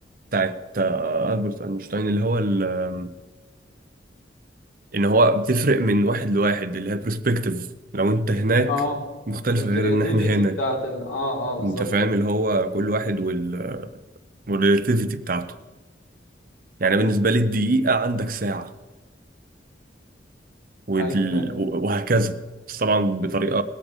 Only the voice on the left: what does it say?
اه
الكرياتيفيتي
بتاعت ال... اه اه بالظبط
ايوه فاهم